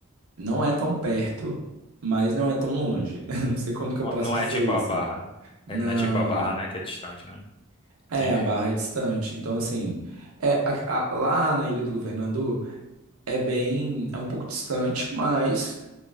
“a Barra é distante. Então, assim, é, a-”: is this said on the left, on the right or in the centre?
Right